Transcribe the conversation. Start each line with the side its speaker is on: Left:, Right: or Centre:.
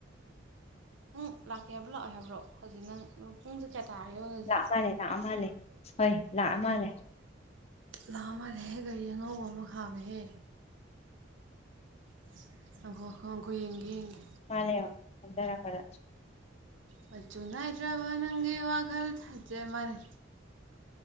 Right: ꯅꯪ ꯂꯥꯛꯀꯦ ꯍꯥꯏꯕ꯭ꯔꯣ ꯂꯥꯛꯑꯣꯏ ꯍꯥꯏꯕ꯭ꯔꯣ ꯍꯧꯖꯤꯛ ꯅꯪ ꯄꯨꯡꯖꯦ ꯀꯌꯥ ꯇꯥꯔꯒꯦꯕ ꯍꯧꯖꯤꯛ
Left: ꯂꯥꯛꯑ ꯃꯥꯜꯂꯦ ꯂꯥꯛꯑ ꯃꯥꯜꯂꯦ ꯁꯣꯏ ꯂꯥꯛꯑ ꯃꯥꯜꯂꯦ
Right: ꯂꯥꯛꯑ ꯃꯥꯜꯂꯦꯍꯦ ꯒꯥꯔꯤ ꯑꯉꯧꯕ ꯑꯃ ꯈꯥꯝꯃꯦꯍꯦ <unintelligible> ꯈꯣ ꯌꯦꯡꯒꯦ ꯌꯦꯡꯒꯦ
Left: ꯃꯅꯥ ꯌꯥꯎ ꯊꯦꯡꯗꯔꯛꯄꯗ
Right: ꯃꯆꯨ ꯅꯥꯏꯗ꯭ꯔꯕ ꯅꯪꯒꯤ ꯋꯥꯈꯜ ꯊꯥꯖ ꯃꯅꯤ